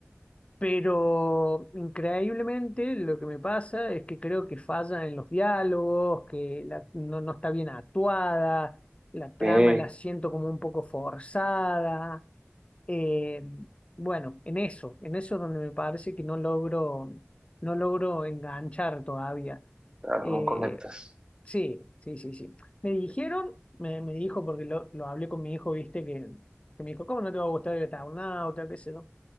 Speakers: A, on the left; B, on the right.
A: Pero increíblemente lo que me pasa es que creo que falla en los diálogos, que la- no, no está bien actuada, la trama
B: ok,
A: la siento como un poco forzada. Eh, bueno, en eso, en eso es donde me parece que no logro, no logro enganchar todavía.
B: claro,
A: Eh,
B: no conectas.
A: sí, sí, sí, sí. Me dijeron, me, me dijo, porque lo, lo hablé con mi hijo, viste, que, que me dijo, ¿cómo no te va a gustar el Eternauta, qué sé yo?